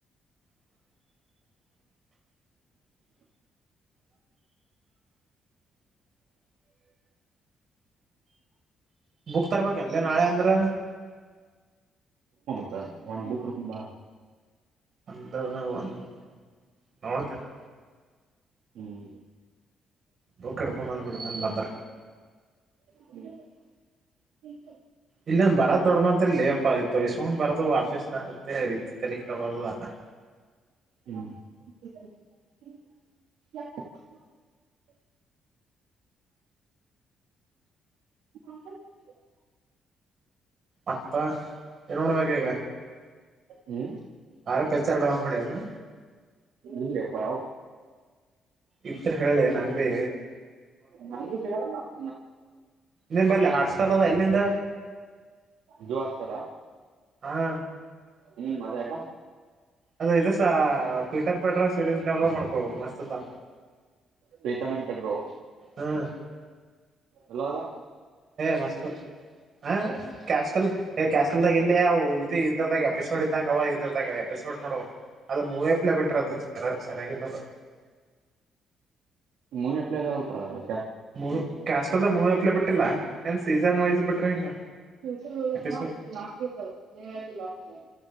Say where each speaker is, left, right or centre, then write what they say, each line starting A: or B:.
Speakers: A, on the right; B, on the right.
A: <inaudible> <inaudible> ಬುಕ್ ತರ್ಬೇಕಲ್ಲ ನಾಳೆ ಅಂದ್ರೆ
B: ಒಂದು ಬುಕ್ ರಕಂಬಾ
A: ಒಂದು ಒಂದು ನೋಡ್ತೆನೆ
B: ಹ್ಮ್
A: ಬುಕ್ ಎಡ್ಕೊಂಬಂದು ಬಿಡ ಬಂದ್ರ
B: ಹ -ಹ
A: ಇಲ್ಲೊಂದ ಬರೋ ದೊಡ್ಡ ಮಂತ ಲೇಪ್ಪ ಆಯ್ತು ಇಸ್ಕೊಂಡ್ ಬರೋದು ವಾಪೀಸ ಅ ಇ ತಳ ಕ್ರಮತ್ರದ <unintelligible>
B: ಹ್ಮ್ <inaudible> ಹ
A: ಅತ್ತ -ಏ -ನೋಡ್ಬೇಕ ಈಗ.
B: ಹ್ಮ್
A: ಆರ ಪ್ರಚಾರಡ ಮಾಡೆನು.
B: ಇಲ್ಲಪ್ಪ ಯ
A: ಇದ್ರ ಹೇಳಿ ನಂಗ್ ಭೀ
B: ಮಾನ- ತ -ಸಿಗಲ್ಲ ನ
A: ನಿಂಬಲ್ಲಿ ಹಾಟ್ಸ್ತಳದ ಎಲ್ಲಿಂದ.
B: ಜೋಸ್ತರ
A: ಹಾ
B: ಹ್ಮ್- ಮಜಾಯ
A: ಅದ ಇದುಸ ಪಟ್ವಿಟರ್ ಪೆಟ್ರ ಸೀರೀಸ್ ಡೌನ್ಲೋಡ್ ಮಾಡ್ಕೋ ಮಸ್ತ್ ಅದ.
B: ಪ್ರೀತಮನ್ ಪಟೋ
A: ಹ್ಮ್
B: ಎಲ್ಲದಾ.
A: ಮಸ್ತ- ಹ -ಕಸ್ಟಲ್. ಕ್ಯಾಸ್ಟೀಲ್ದಾಗ ಇಲ್ಲಿಯವು ಇದದು ಇದ್ರದಾಗ ಎಪಿಸೋಡ್ ಇದ್ದಂಗ ಅವ ಇದ್ರದಾಗ ಎಪಿಸೋಡ್ ನೋಡ. ಅದು ಮೂವೇಪ್ ಮಿಟರ್ ಅದು ಚರ ಚರಗಿದೆ
B: ಮೂವವಿಪ್ಲೆರಾವ ಟರಾವವೆ
A: ಮೂವ್ ಕ್ಯಾಸ್ಟಲ್ಲ ಮೂವ್ ಅಪ್ಲೈ ಬಿಟ್ಟಿಲ್ಲ ಏನ್ ಸೀಸನ್ ವೈಸ್ ಬಿಟ್ರೆ ಹಿಂಗ
B: ಹಸ ಉಳದ
A: ಎಪಿಸೋಡ್
B: ಲಾಕ್ ಇದಾವ ಏನ್ ಹೇಳ ಲಾಕಕ್ ಅದ